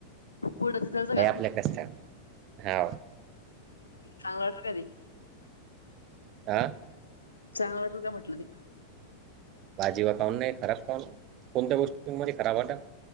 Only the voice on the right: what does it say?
हे
आपल्या कचत हा
आह
भाजीवा कान नाही खराब कान कोणत्या गोष्टीमध्ये खराब वाटाल.